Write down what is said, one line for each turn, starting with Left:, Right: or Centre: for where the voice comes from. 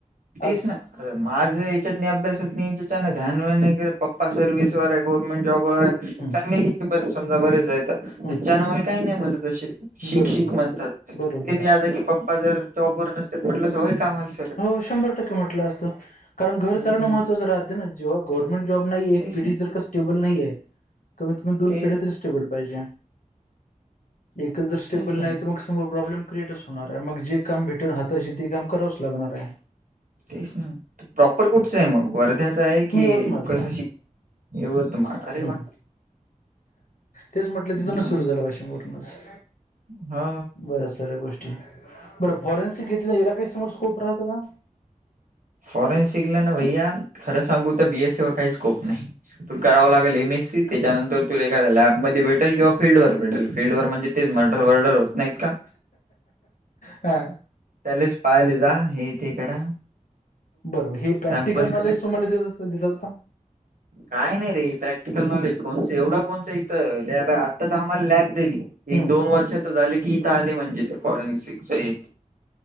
Right: तेच
Left: आता सम-
Right: ना. माझं याच्यात नाही अभ्यासात नाही ध्यान वान नाही पप्पा सर्विस वर आहे गव्हर्नमेंट जॉबवर आहे.
Left: हम्म
Right: फॅमिलीचे पण समजा बरेच येत
Left: हम्म
Right: तेच्यान काही नाही म्हणत अशे शिक
Left: बरोबर
Right: शिक म्हणतात
Left: बरोबर
Right: तेच
Left: आहे
Right: या जागी पप्पा जर जॉबवर नसते म्हटलं होईल का आम्हाला सर
Left: हो, शंभर टक्के म्हटल असत कारण घर चालवणं
Right: हं, हं.
Left: महत्वाचं राहते ना. जेव्हा गव्हर्नमेंट जॉब नाहीये एक
Right: तेच
Left: पिढी
Right: ना.
Left: जर का स्टेबल नाहीये. कमीत कमी दोन
Right: तेच
Left: पिढ्या तरी स्टेबल पाहिजे. एकच जर स्टेबल
Right: तेच आहे
Left: नाही
Right: ना,
Left: तर मग सेम प्रॉब्लेम क्रिएटच होणार ये मग जे काम भेटेल हाताशी ते काम करावच लागणार ये.
Right: तेच ना प्रॉपर कुटचं ये मग वर्ध्याचा आहे की
Left: मी यवतमाळचा
Right: कसं
Left: आहे.
Right: शिक यवतमाळ, अरे
Left: हम्म
Right: वा!
Left: तेच म्हटलं तिथूनच
Right: हा
Left: सुरु झालं वाशिमरूनच
Right: हा
Left: बऱ्याचश्या गोष्ट ष्टी बरं फॉरेन्सिक घेतल्या याला काही समोर स्कोप राहतो का
Right: फॉरेनसिकला ना भैया खरं सांगू तर बीएससी वर काही स्कोप नाही. तुला करावं लागल एम ए सी त्याच्यानंतर तुला एखाद्या लॅबमध्ये भेटल किंवा फील्डवर भेटल फील्डवर म्हणजे तेच मर्डर वर्डर होत नाहीत का
Left: हा
Right: त्यालेच पायले जा हे ते करा.
Left: बरोबर हे प्रॅक्टिकल
Right: सॅम्पल
Left: नॉलेज
Right: कलेक्ट
Left: तुम्हाला
Right: कर.
Left: देतात देतात का?
Right: काय नाही रे प्रॅक्टिकल नॉलेज कोणस एवढ कोणस इथं लॅब आहे आत्ता तर आम्हाला लॅब दिली. एक
Left: हम्म
Right: दोन वर्ष तर झाले, की इथं आले म्हणजे ते फॉरेन्सिकच हे